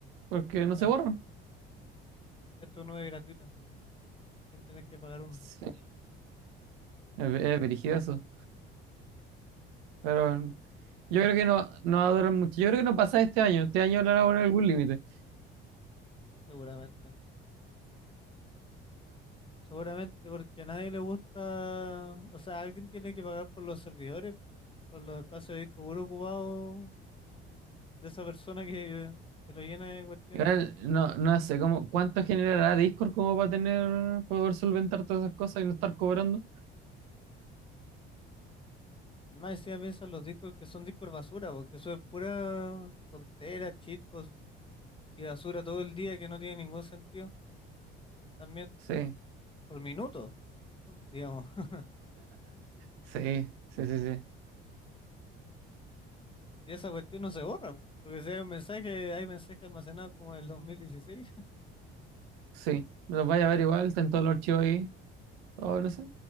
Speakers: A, on the right (about 75°); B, on the left (about 15°).
A: porque no
B: claro,
A: se borran.
B: esto no es gratuita, sin tener que pagar uno,
A: Sí, es, es brígido eso. Pero bueno, yo creo que no, no va a durar mucho. Yo creo que no pasa este año. Este año le van a poner algún límite.
B: seguramente. Seguramente porque a nadie le gusta, o sea, alguien tiene que pagar por los servidores, por los espacios de disco duro ocupados de esa persona que, que lo llena de cuestiones.
A: Igual, No, no sé cómo, cuánto generará Discord como para tener, poder solventar todas esas cosas y no estar cobrando.
B: Más encima piensan los discos que son discos basura, porque eso es pura tontera, cheat post y basura todo el día que no tiene ningún sentido también,
A: Sí,
B: por minuto. ¿no? digamos. <laughs>
A: sí, sí, sí, sí.
B: Y esa cuestión no se borra, po, porque si hay un mensaje, hay mensaje almacenado como el dos mil dieciséis <laughs>
A: Sí, los vaya a ver igual, están todos los archivos ahí. O no sé.